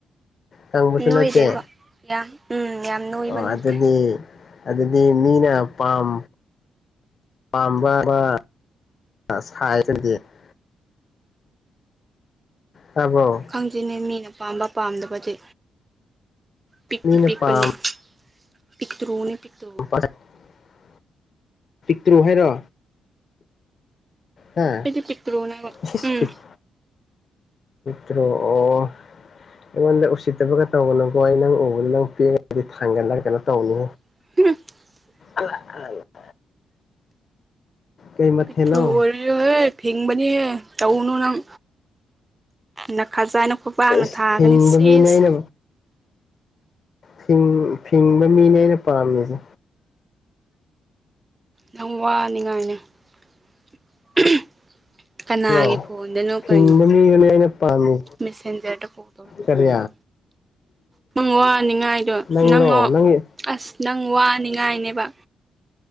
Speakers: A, on the left (about 50°); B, on the right (about 25°).
A: ꯀꯪꯕꯁꯨ
B: ꯅꯣꯢꯗꯦꯕ
A: ꯅꯠꯇꯦ
B: ꯌꯥꯝ ꯎꯝ ꯌꯥꯝ ꯅꯣꯢꯕ
A: ꯑꯣ
B: ꯅꯠꯇꯦ
A: ꯑꯗꯨꯗꯤ ꯑꯗꯨꯗꯤ ꯃꯤꯅ ꯄꯥꯝ ꯄꯥꯝꯕ ꯕ <unintelligible> ꯇꯥꯕ꯭ꯔꯣ
B: ꯈꯪꯗ꯭ꯔꯤꯅꯦ ꯃꯤꯅ ꯄꯥꯝꯕ ꯄꯥꯝꯗꯕꯗꯤ ꯄꯤꯛꯇꯤ
A: ꯃꯤꯅ
B: ꯄꯤꯛꯄꯅꯤ
A: ꯄꯥꯝ
B: ꯄꯤꯛꯇ꯭ꯔꯨꯅꯤ ꯄꯤꯛꯇ꯭ꯔꯨ
A: <unintelligible> ꯇ꯭ꯔꯨ ꯍꯥꯢꯔꯣ ꯍꯥ
B: ꯑꯩꯗꯤ ꯄꯤꯛꯇ꯭ꯔꯨꯅꯦꯕ
A: <unintelligible>
B: ꯎꯝ
A: ꯇ꯭ꯔꯣ ꯑꯣ ꯑꯩꯉꯣꯟꯗ ꯎꯁꯤꯠꯇꯕꯒ ꯇꯧꯒꯅꯨꯀꯣ ꯑꯩ ꯅꯪ ꯎꯕꯗ ꯅꯪ <unintelligible> ꯊꯥꯡꯒꯠꯂ ꯀꯩꯅꯣ ꯇꯧꯅꯤ
B: <unintelligible>
A: <unintelligible> ꯀꯩ ꯃꯊꯦꯜꯅꯣ
B: ꯄꯨ ꯑꯣꯢ <unintelligible> ꯐꯤꯡꯕꯅꯤꯌꯦ ꯇꯧꯅꯨ ꯅꯪ ꯅꯦꯈꯖꯥꯏꯅ ꯈꯨꯄꯥꯛꯅ
A: ꯏꯁ
B: ꯊꯥꯒꯅꯤ
A: ꯐꯤꯡꯕ
B: ꯁꯤꯁ
A: ꯃꯤꯅꯦ ꯑꯩꯅ ꯐꯤꯡ ꯐꯤꯡꯕ ꯃꯤꯅꯦ ꯑꯩꯅ ꯄꯥꯝꯃꯤꯖꯦ
B: ꯌꯥꯝ ꯋꯥꯅꯤꯡꯉꯥꯢꯅꯦ <unintelligible> ꯀꯅꯥꯒꯤ
A: ꯇꯥꯕ꯭ꯔꯣ
B: ꯐꯣꯟꯗꯅꯣ ꯀꯩꯅꯣ
A: ꯐꯤꯡꯕ ꯃꯤꯗꯨꯅꯦ ꯑꯩꯅ ꯄꯥꯝꯃꯤ
B: ꯃꯦꯁꯦꯟꯖꯔꯗ ꯀꯣꯜ ꯇꯧꯔꯛꯄ
A: ꯀꯔꯤ
B: ꯃꯥꯅ ꯅꯪ ꯋꯥꯅꯤꯡꯉꯥꯢꯗꯣ
A: ꯅꯪꯂꯣ
B: ꯅꯪ ꯑꯣ
A: ꯅꯪꯒꯤ
B: ꯑꯁ ꯅꯪ ꯋꯥꯅꯤꯡꯉꯥꯢꯅꯦꯕ